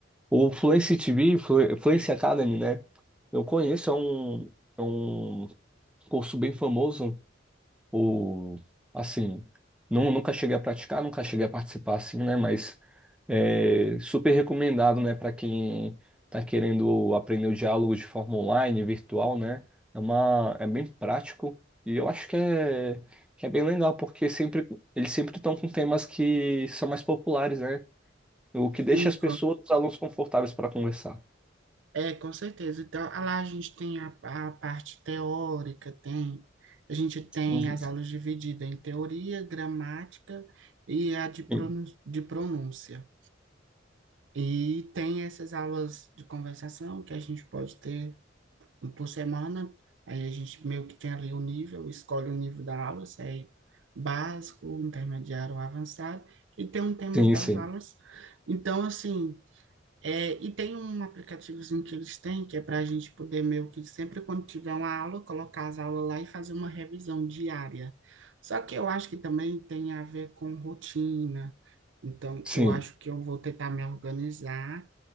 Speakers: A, in the centre; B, on the right.
A: O Fluency TV, Flu- Fluency Academy, né? Eu conheço, é um, é um curso bem famoso ou assim, não, nunca cheguei a praticar, nunca cheguei a participar assim, né? Mas é super recomendado, né, para quem está querendo aprender o diálogo de forma online, virtual, né? É uma, é bem prático e eu acho que é, que é bem legal, porque sempre, eles sempre estão com temas que são mais populares, né? O que
B: Sim,
A: deixa as pessoas, os alunos confortáveis para conversar.
B: É, com certeza. Então, ah, lá a gente tem a, a parte teórica, tem, a gente tem
A: Uhum.
B: as aulas divididas em teoria, gramática e a de, pronun
A: Sim,
B: de pronúncia. E tem essas aulas de conversação que a gente pode ter um por semana. Aí a gente meio que tem ali o nível, escolhe o nível da aula, se é básico, intermediário ou avançado, e tem um tema
A: sim,
B: das
A: sim.
B: aulas. Então, assim, é, e tem um aplicativozinho que eles têm, que é para a gente poder meio que sempre quando tiver uma aula, colocar as aulas lá e fazer uma revisão diária. Só que eu acho que também tem a ver com rotina. Então,
A: Sim.
B: eu acho que eu vou tentar me organizar